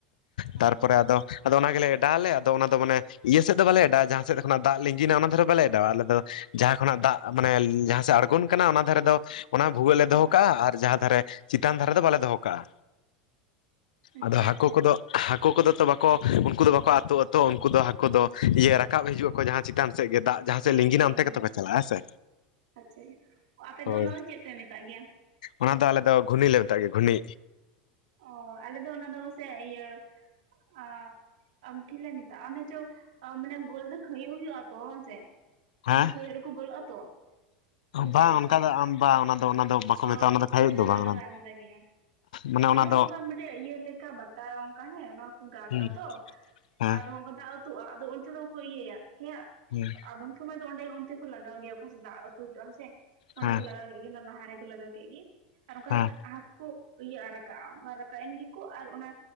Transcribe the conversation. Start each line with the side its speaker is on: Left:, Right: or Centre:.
Right: ᱚ
Left: ᱛᱟᱨᱯᱚᱨᱮ ᱟᱫᱚ ᱟᱫᱚ ᱚᱱᱟ ᱜᱮᱞᱮ ᱚᱰᱟᱣ ᱟᱞᱮ ᱟᱫᱚ ᱚᱱᱟ ᱫᱚ ᱢᱟᱱᱮ ᱤᱭᱟᱹ ᱥᱮᱫ ᱫᱚ ᱵᱟᱞᱮ ᱚᱰᱟᱣᱟᱞᱮ ᱡᱟᱸ ᱥᱮᱫᱚᱱᱟᱜ ᱫᱟᱜ ᱞᱤᱜᱤᱱᱟ ᱚᱱᱟ ᱫᱚᱨᱮ ᱵᱟᱞᱮ ᱮᱰᱟᱣᱟ ᱟᱞᱮ ᱫᱚ᱾ ᱡᱟᱸᱦᱟᱸ ᱠᱷᱚᱱᱟᱜ ᱫᱟᱜ ᱢᱟᱱᱮ ᱡᱟᱸᱦᱟᱸ ᱥᱮ ᱟᱬᱜᱚᱱ ᱠᱟᱱᱟ ᱚᱱᱟ ᱫᱷᱟᱨᱮ ᱫᱚ ᱚᱱᱟ ᱵᱷᱩᱜᱟᱹᱜ ᱞᱮ
Right: ᱚ
Left: ᱫᱚᱦᱚ ᱠᱟᱜᱼᱟ ᱟᱨ ᱡᱟᱸᱦᱟᱸ ᱫᱷᱟᱨᱮ ᱪᱮᱛᱟᱱ ᱫᱷᱟᱨᱮ ᱫᱚ ᱵᱟᱞᱮ ᱫᱚᱦᱚ ᱠᱟᱜᱼᱟ᱾
Right: ᱟᱪᱪᱷᱟ
Left: ᱟᱫᱚ ᱦᱟᱹᱠᱩ
Right: ᱟᱪᱪᱷᱟ
Left: ᱠᱚᱫᱚ ᱦᱟᱹᱠᱩ ᱠᱚᱫᱚ ᱛᱚ ᱵᱟᱠᱚ ᱩᱱᱠᱩ ᱫᱚ ᱵᱟᱠᱚ ᱟᱹᱛᱩ ᱟᱛᱚ ᱩᱱᱠᱩ ᱫᱚ ᱦᱟᱹᱠᱩ ᱫᱚ ᱤᱭᱟᱹ ᱨᱟᱠᱟᱵ ᱦᱤᱡᱩᱜᱼᱟᱚ ᱡᱟᱦᱟᱸ ᱪᱮᱛᱟᱱ ᱥᱮᱫ ᱜᱮ ᱫᱟᱜ ᱡᱟᱦᱟᱸ ᱥᱮᱫ
Right: ᱦᱮᱸ
Left: ᱞᱤᱸᱜᱤᱱᱟ
Right: ᱦᱮᱸ
Left: ᱚᱱᱛᱮ
Right: ᱦᱮᱸ
Left: ᱛᱮ ᱠᱟᱛᱮᱠᱚ ᱠᱚ ᱪᱟᱞᱟᱜᱼᱟ ᱦᱮᱸ ᱥᱮ,
Right: ᱟᱪᱪᱷᱟ ᱟᱯᱮ
Left: ᱦᱳᱭ
Right: ᱫᱚ ᱚᱱᱟ ᱫᱚ ᱪᱮᱫ ᱯᱮ ᱢᱮᱛᱟᱜ ᱜᱮᱭᱟ?
Left: ᱚᱱᱟ ᱫᱚ ᱟᱞᱮ ᱫᱚ ᱜᱷᱩᱱᱤ ᱞᱮ ᱢᱮᱛᱟᱜ ᱜᱮᱭᱟ ᱜᱷᱩᱱᱤ᱾
Right: ᱚ ᱟᱞᱮ ᱫᱚ ᱚᱱᱟ ᱫᱚ ᱯᱟᱥᱮ ᱤᱭᱟᱹ ᱚ ᱟᱢᱴᱷᱤ ᱞᱮ ᱢᱮᱛᱟᱜᱼᱟ ᱚᱱᱮ ᱪᱚ ᱢᱟᱱᱮ ᱜᱳᱞ ᱫᱚ ᱠᱷᱟᱹᱭᱚᱜ ᱦᱩᱭᱩᱜᱼᱟ ᱥᱮ ᱚᱱᱛᱮ ᱵᱟᱝ ᱥᱮ,
Left: ᱦᱮᱸ
Right: ᱚᱱᱟ ᱠᱷᱟᱹᱭᱳ ᱨᱮ ᱠᱚ ᱵᱚᱞᱚᱜᱼᱟ ᱛᱚ, ᱥᱮ ᱪᱮᱫ
Left: ᱵᱟᱝ
Right: ᱞᱮᱠᱟ?
Left: ᱚᱱᱠᱟ ᱫᱚ ᱟᱢ ᱵᱟᱝ ᱚᱱᱟ ᱫᱚ ᱚᱱᱟ ᱫᱚ ᱵᱟᱠᱚ
Right: ᱚ
Left: ᱢᱮᱛᱟᱜᱼᱟ ᱚᱱᱟ ᱠᱷᱟᱹᱭᱩᱜ
Right: ᱛᱟᱦᱞᱮ ᱫᱚ
Left: ᱵᱟᱝ
Right: ᱚᱱᱟ ᱫᱚ ᱟᱞᱟᱫᱟ ᱜᱮᱭᱟ᱾
Left: ᱢᱟᱱᱮ
Right: ᱟᱞᱮ
Left: ᱚᱱᱟ
Right: ᱦᱚᱸ
Left: ᱫᱚ
Right: ᱚᱱᱠᱟ ᱢᱤᱫᱴᱮᱡ ᱤᱭᱟᱹ ᱞᱮᱠᱟ ᱵᱟᱛᱟ ᱚᱱᱠᱟ ᱦᱮᱸ ᱚᱱᱟ ᱠᱚ ᱜᱟᱜᱼᱟ
Left: ᱦᱩᱸ
Right: ᱛᱚ
Left: ᱦᱮᱸ
Right: ᱟᱨ ᱫᱟᱜ ᱩᱛᱩᱜᱼᱟ ᱟᱫᱚ ᱚᱱᱛᱮ ᱫᱚ ᱠᱚ ᱤᱭᱟᱹᱭᱟ, ᱦᱮᱸ,
Left: ᱦᱩᱸ,
Right: ᱟᱫᱷᱚᱢ ᱥᱚᱢᱚᱭ ᱫᱚ ᱚᱸᱰᱮ ᱚᱱᱛᱮ ᱠᱚ ᱞᱟᱜᱟᱣ ᱜᱮᱭᱟ ᱚᱠᱟ ᱥᱮ ᱫᱟᱜ ᱟᱛᱩ ᱦᱤᱡᱩᱜᱼᱟ ᱦᱮᱥᱮ ᱚᱸᱰᱮ
Left: ᱦᱮᱸ
Right: ᱞᱟᱜᱟᱣ ᱠᱮᱫ ᱜᱮᱭᱟ ᱚᱱᱟ ᱞᱟᱦᱟ ᱨᱮᱠᱚ ᱞᱟᱜᱟᱣ ᱠᱮᱫ ᱜᱮ ᱟᱨ ᱚᱱᱠᱟ
Left: ᱦᱮᱸ
Right: ᱛᱮ ᱦᱟᱠᱩ ᱠᱚ ᱤᱭᱟᱹᱜᱼᱟ ᱨᱟ ᱠᱟᱜᱼᱟ ᱚᱱᱠᱟ ᱨᱟᱠᱟᱵ ᱮᱱ ᱜᱮᱠᱚ ᱟᱨ ᱚᱱᱟ